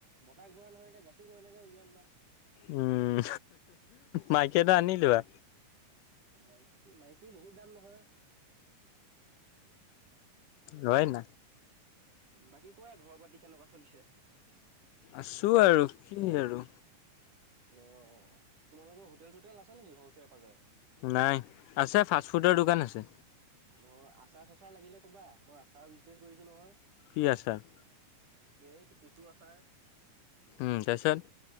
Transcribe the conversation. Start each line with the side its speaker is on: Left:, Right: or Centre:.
Right: মতা ঘোঁৰা নহয়। এ গাখীৰ গৈ কেনেকে উলিয়াম বা।
Left: উম মাইকী এটা আনিলোৱা।
Right: মাইকী মাইকী বহুত দাম নহয়।
Left: হয় ন।
Right: বাকী কোৱা ঘৰ বাতি কেনেকুৱা চলিছে।
Left: আছো আৰু কি আৰু।
Right: অ', তোমালোকৰ হোটেল চোটেল আছা নেকি ঘৰ ওচৰে পাঁজৰে।
Left: নাই আছে ফাষ্ট ফুডৰ দোকান আছে।
Right: অ', আচাৰ চচাৰ লাগিলে কবা মই আচাৰৰ বিজনেচ কৰিছো নহয়।
Left: কি আচাৰ?
Right: এই টো কচু আচাৰ।
Left: উম তাৰপিছত।